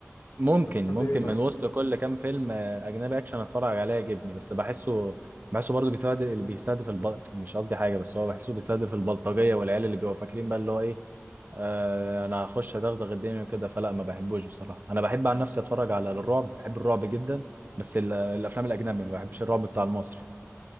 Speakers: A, on the right; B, on the left.
A: ممكن
B: انت بتحب
A: ممكن
B: ايه طيب
A: من وسط كل كام فيلم آه، اجنبي اكشن اتفرج عليه يعجبني بس بحسه بحسه برضه بيستهدف بيستهدف البل... مش قصدي حاجه بس هو بحسه بيستهدف البلطجيه والعيال اللي بيبقوا فاكرين بقى اللي هو ايه آه، انا هخش ادغدغ الدنيا كده فلا ما بحبوش بصراحه انا بحب عن نفسي اتفرج على الرعب بحب الرعب جدا بس ال- الافلام الاجنبي ما بحبش الرعب بتاع المصري